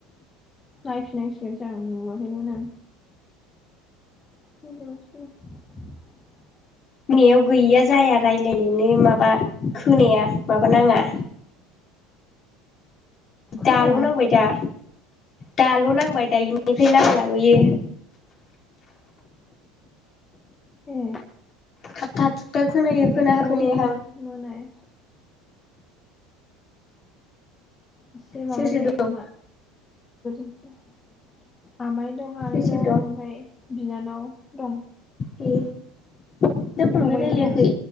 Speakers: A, on the left; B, on the left.
A: नायफिननांसिगोनसो आं नुवाखैनोमोन आं <unintelligible>
B: नैयाव गैया जाया रायलायनायानो माबा खोनाया माबा नाङा
A: खोनाया
B: दाल नांबाय दा दाल नांबाय दायोनि <unintelligible> लाबोयो
A: ए ए
B: थाबथा थुबथा खोनायो
A: बेखौनो
B: खोनाहां खोनायाहां
A: मोनायासै एसे माबा
B: सोर सोर
A: जायो
B: दं
A: खोमा <inaudible> आमाइ दं आनै
B: सोर सोर
A: दं ओमफाय बिनानाव दं
B: ए नोंथां फंबाय
A: फंबायबो
B: रायलायाखै
A: दं